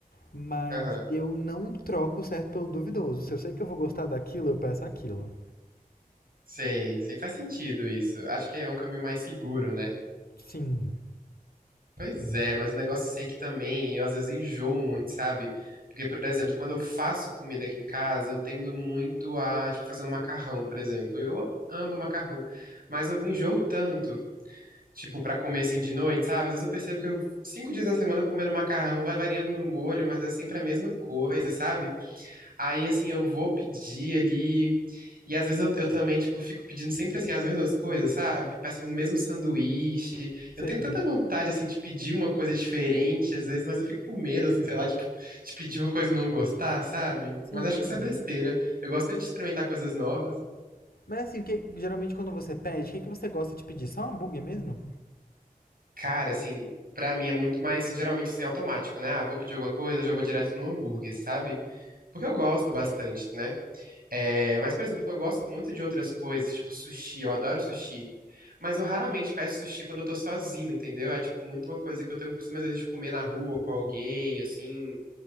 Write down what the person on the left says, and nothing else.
Mas
eu não troco o certo pelo duvidoso. Se eu sei que eu vou gostar daquilo, eu peço aquilo.
Sim.
Sei.
Sim,
sim.
Mas assim, o que, geralmente quando você pede, o que, que você gosta de pedir? Só um hambúrguer mesmo?